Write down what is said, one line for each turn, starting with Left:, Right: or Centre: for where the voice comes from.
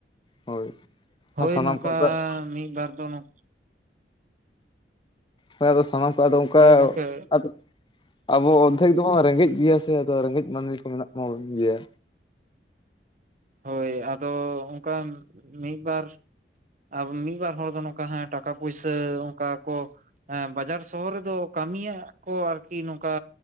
Left: ᱦᱳᱭ᱾
Right: ᱦᱳᱭ
Left: ᱟᱨ ᱥᱟᱱᱟᱢ
Right: ᱱᱚᱝᱠᱟ
Left: ᱠᱚᱣᱟᱜ
Right: ᱢᱤᱫ ᱵᱟᱨ ᱫᱚ ᱱᱚ
Left: ᱦᱳᱭ ᱟᱫᱚ ᱥᱟᱱᱟᱢ ᱠᱚ ᱟᱫᱚ ᱚᱱᱠᱟ
Right: ᱦᱳᱭ ᱜᱚᱝᱠᱮ
Left: ᱟᱫᱚ ᱟᱵᱚ ᱚᱫᱫᱷᱮᱠ ᱫᱚᱵᱚᱱ ᱨᱮᱸᱜᱮᱡ ᱜᱮᱭᱟ ᱥᱮ, ᱟᱫᱚ ᱨᱮᱸᱜᱮᱡ ᱢᱟᱱᱢᱤ ᱠᱚ ᱢᱮᱱᱟᱜ ᱢᱟᱵᱚᱱ ᱜᱮᱭᱟ᱾
Right: ᱦᱳᱭ ᱟᱫᱚ ᱚᱱᱠᱟᱱ ᱢᱤᱫ ᱵᱟᱨ ᱟᱨ ᱢᱤᱫ ᱵᱟᱨ ᱦᱚᱲ ᱫᱚ ᱱᱚᱝᱠᱟ ᱦᱮᱸ ᱴᱟᱠᱟ ᱯᱩᱭᱥᱟᱹ ᱚᱱᱠᱟ ᱠᱚ ᱮᱸ ᱵᱟᱡᱟᱨ ᱥᱚᱦᱚᱨ ᱨᱮᱫᱚ ᱠᱟᱹᱢᱤᱭᱟᱜ ᱠᱚ ᱟᱨᱠᱤ ᱱᱚᱝᱠᱟ